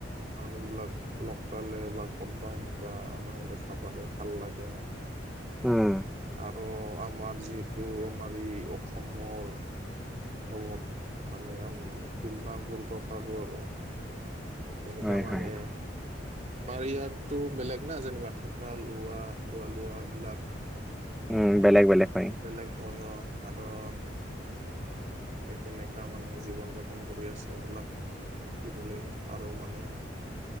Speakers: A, on the right (about 40°); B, in the centre.
A: মানুহবিলাক লগ পালে বা ক'তবা এনেকুৱা, মানে দেখা পালে ভাল লাগে।
B: উম,
A: আৰু আমাৰ যিহেতু, আমাৰ এই অসমৰ। লগত মানে, আমি তুলনা কৰিব পাৰোঁ আৰু। তেনেকা
B: হয়
A: মানে
B: হয়
A: আমাৰ ইয়াতো বেলেগ না, যেনিবা থাকা লোৱা, খোৱা, লোৱা, বিলাক।
B: উম, বেলেগ বেলেগ হয়।
A: বেলেগ হয়, অ, আৰু তেওঁলোকে কেনেকুৱা মানে, জীৱন-যাপন কৰি আছে এইবিলাক। শিকিবলৈ, পাৰোঁ মানে।